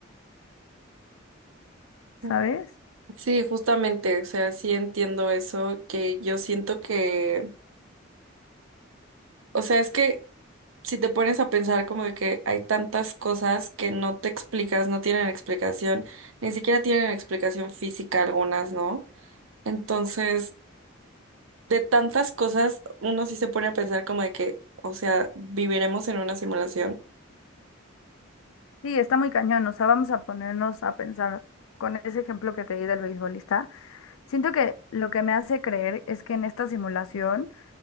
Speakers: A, on the left; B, on the right.
A: ¿sabes?
B: Ujú. Sí, justamente, o sea, sí entiendo eso, que yo siento que, o sea, es que si te pones a pensar como de que hay tantas cosas que no te explicas, no tienen explicación, ni siquiera tienen explicación física algunas, ¿no? Entonces, de tantas cosas, uno sí se pone a pensar como de que, o sea, viviremos en una simulación.
A: Sí, está muy cañón. O sea, vamos a ponernos a pensar con ese ejemplo que te di del beisbolista. Siento que lo que me hace creer es que en esta simulación,